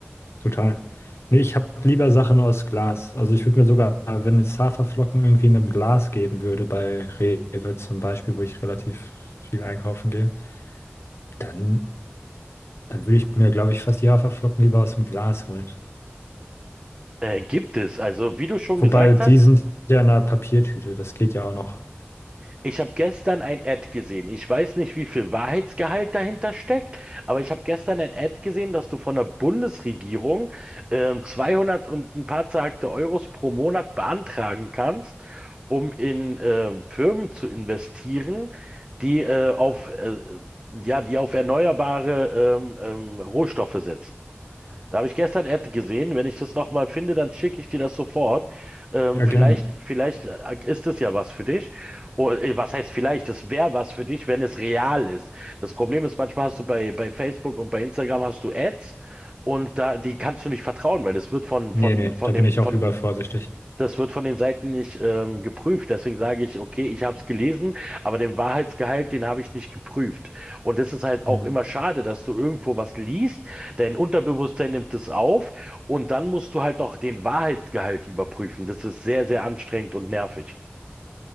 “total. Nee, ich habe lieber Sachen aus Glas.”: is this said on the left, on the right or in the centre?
Left